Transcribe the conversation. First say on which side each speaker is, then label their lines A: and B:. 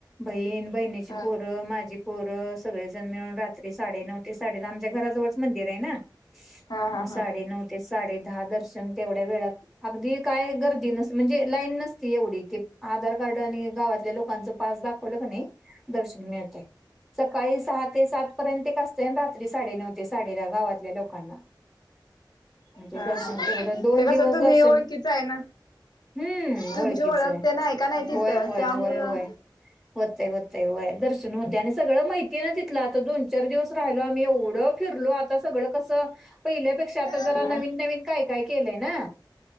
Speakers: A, in the centre; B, on the left.
A: बहिण बहिणीची
B: हा
A: पोरं, माझी पोरं सगळेजण मिळून रात्री साडे नऊ ते साडे आमच्या घराजवळच मंदिर आहे ना
B: हा हा
A: मग
B: हा
A: साडे
B: हा
A: नऊ ते साडे दहा दर्शन तेवढ्या वेळात अगदी काय गर्दी नस म्हणजे लाईन नसती एवढी ते आधार कार्ड आणि गावातल्या लोकांचं पा पास दाखवलं कणी दर्शन मिळत सकाळी सहा ते सात पर्यंत एक असत रात्री साडे नऊ ते साडे दहा गावातल्या लोकांना. म्हणजे
B: हा
A: दर्शन
B: ह
A: तेवढं दोन
B: ते
A: दिवस
B: कसं तुम्ही
A: दर्शन
B: ओळखीच आहे ना.
A: हम्म
B: तुमची
A: ओळखीच
B: ओळखते
A: आहे.
B: नाही का नाही तिथं
A: होय होय
B: त्यामुळं
A: होय होय. होतय होतेय व्हय. त्या आणि सगळं माहितीय ना तथलं. आता दोन चार दिवस राहिलो आम्ही. एवढं फिरलो आता सगळं कसं पहिल्यापेक्षा आता
B: हा
A: जरा नवीन नवीन काय काय केलंय ना?